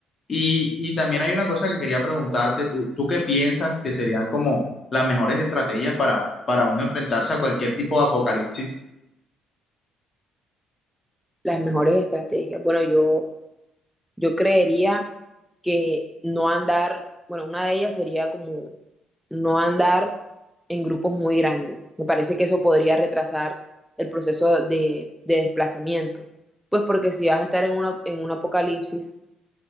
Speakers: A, on the left (about 40°); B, in the centre.
A: Y, y también hay una cosa que quería preguntarte, ¿tú, tú qué piensas que serían como las mejores estrategias para, para uno enfrentarse a cualquier tipo de apocalipsis?
B: Las mejores estrategias. Bueno, yo, yo creería que no andar, bueno, una de ellas sería como no andar en grupos muy grandes. Me parece que eso podría retrasar el proceso de, de desplazamiento, pues porque si vas a estar en una, en un apocalipsis,